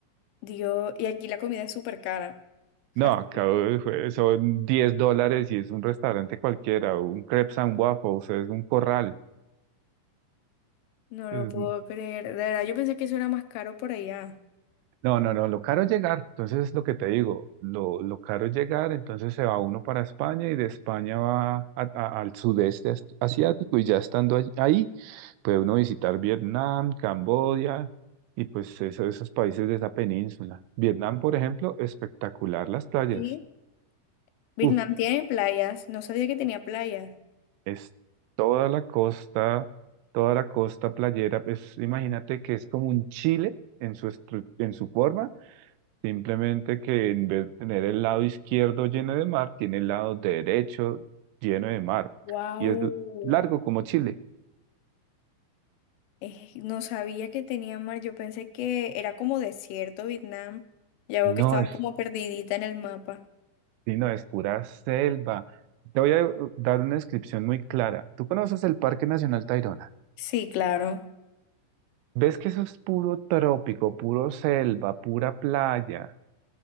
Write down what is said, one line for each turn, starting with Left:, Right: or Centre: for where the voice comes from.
Left: Dios, y aquí la comida es súper cara. O
Right: No,
Left: sea,
Right: acá
Left: sí,
Right: fue- son 10 dólares y es un restaurante cualquiera. Un crepes and waffles es un corral.
Left: no lo
Right: Mm,
Left: puedo creer. De verdad, yo pensé que eso era más caro por allá.
Right: No, no, no, lo caro es llegar, entonces es lo que te digo, lo, lo caro es llegar, entonces se va uno para España y de España va a- a- al sudeste as- asiático y ya estando allí- ahí puede uno visitar Vietnam, Camboya y pues eso- esos países de esa península. Vietnam, por ejemplo, espectacular las playas.
Left: Sí. Vietnam
Right: Uf,
Left: tiene playas. No sabía que tenía playas.
Right: es toda la costa, toda la costa playera, pues imagínate que es como un Chile en su, estru- en su forma Simplemente que en vez de tener el lado izquierdo lleno de mar, tiene el lado derecho lleno de mar.
Left: Wow.
Right: Y es l- largo como Chile.
Left: Eh, no sabía que tenía mar. Yo pensé que era como desierto Vietnam. Ya veo
Right: No
Left: que estaba
Right: es,
Left: como perdidita en el mapa.
Right: sino es pura selva. Te voy a dar una descripción muy clara. ¿Tú conoces el Parque Nacional Tayrona?
Left: Sí, claro.
Right: ¿Ves que eso es puro trópico, puro selva, pura playa?